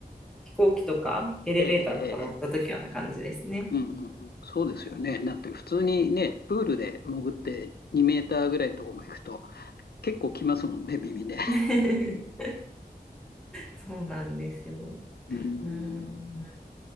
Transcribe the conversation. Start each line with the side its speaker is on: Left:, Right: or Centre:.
Centre: 飛行機とかエレベーターとか乗った時はな感じですね。
Left: ええ、ええ、ええうんうんうん、そうですよね。だって普通にね、プールで潜って2メーターぐらいのところまで行くと結構来ますもんね、耳ね。
Centre: <laughs> そうなんですよ。
Left: うん、
Centre: うん。